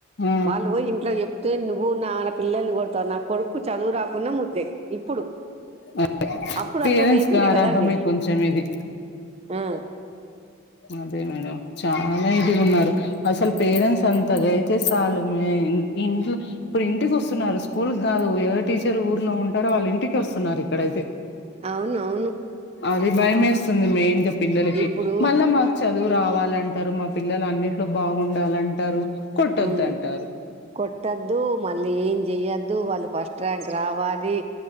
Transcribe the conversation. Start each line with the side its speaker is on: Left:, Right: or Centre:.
Left: ఆ
Right: వాళ్ళు ఇంట్లో నువ్వు నా పిల్లల్ని కొడతావు నా కొడుకు చదువు రాకున్నా ముద్దే ఇప్పుడు
Left: అ
Right: అప్పుడు
Left: పేరెంట్స్
Right: అట్లా లేకుండే
Left: గారాభమే
Right: కదండి
Left: కొంచెం ఇది
Right: ఆ
Left: అదే మేడం చాలా ఇది ఉన్నారు అసలు పేరెంట్స్ అంతగా అయితే సాలు ఏ ఇంట్ ఇప్పుడు ఇంటికి వస్తున్నారు స్కూల్ కాదు ఎవ టీచర్ ఊర్లో వాళ్ళు ఇంటికే వస్తున్నారు ఇక్కడైతే
Right: అవునవును
Left: అది భయ వేస్తుంది మెయిన్ గా పిల్లలకి
Right: ఇప్పుడు
Left: మళ్ళా మాకు చదువు రావాలంటారు మా పిల్లలు అన్ని గుండాలంటారు కొట్టొద్దంటారు
Right: ఉమ్ కొట్టద్దు మళ్ళీ ఏం చెయ్యొద్దు వాళ్ళు ఫస్ట్ ర్యాంక్ రావాలి